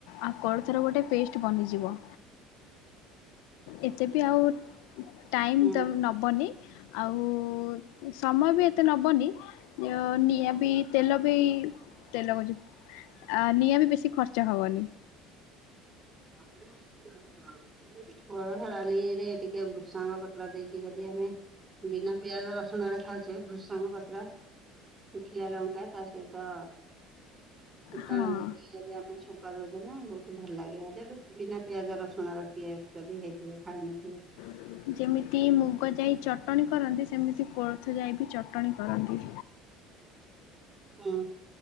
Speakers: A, on the left; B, on the right.
A: ଆଉ କୋଳଥର ଗୋଟେ ପେଷ୍ଟ ବନିଯିବ। ଏତେ ବି ଆଉ ଟାଇମ୍
B: ହୁଁ
A: ତ ନବନି ଆଉ ସମୟ ବି ଏତେ ନବନି ଯୋ ନିଆଁ ବି ତେଲ ବି ତେଲ କହୁଚି ଆ ନିଆଁ ବି ବେଶି ଖର୍ଚ୍ଚ ହବନି।
B: <unintelligible> କୋଳଥ ଡାଲିରେ ଟିକେ ଭୃଷଙ୍ଗ ପ ତ୍ର୍ ଦେଇକି ଯଦି ଆମେ ବିନା ପିଆଜ ରସୁଣରେ ଖାଉଛେ ଭୃସଙ୍ଗ ପତ୍ର ଶୁଖିଲା ଲଙ୍କା ତା ସହିତ ଫୁଟଣ
A: ହଁ
B: ଦେଇକି ଯଦି ଆମେ ଛୁଙ୍କ ଙ୍କ ଦଉଛନ୍ତି ନା ବହୁତ ଭଲ ଲାଗେ ବୋଲି ବିନା ପିଆଜ ରସୁଣରେ କିଏ ଯଦି ହେଇଥିବେ ଖାଉନଥିବ।
A: <inaudible> ଯେମିତି ମୁଗ ଯାଇ ଚଟଣି କରନ୍ତି ସେମିତି କୋଳଥ ଯାଇ ବି ଚଟଣି କରନ୍ତି।
B: ହୁଁ।